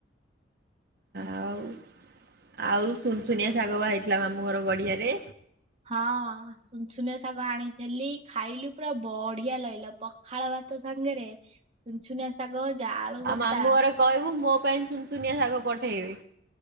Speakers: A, on the right; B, on the right.
A: ଆଉ ଆଉ ସୁନସୁନିଆ ଶାଗ ବାହାରିଥିଲା ମାମୁଁ ଘର ଗଡିଆରେ?
B: ହଁ ସୁନ ସୁନିଆ ଶାଗ ଆଣିଥିଲି ଖାଇଲୁ ପୁରା ବଢିଆ ଲାଗିଲା ପଖାଳ ଭା ଭାତ ସାଙ୍ଗରେ ସୁନ୍ ସୁନିଆ ଶାଗ ଭଜା। ଆଳୁ ଭର୍ତ୍ତା
A: ଆଉ ମାମୁଁ ଘରେ କହିବୁ ମୋ ପାଇଁ ସୁନ୍ ସୁୁନିଆ ଶାଗ ପଠେଇବି।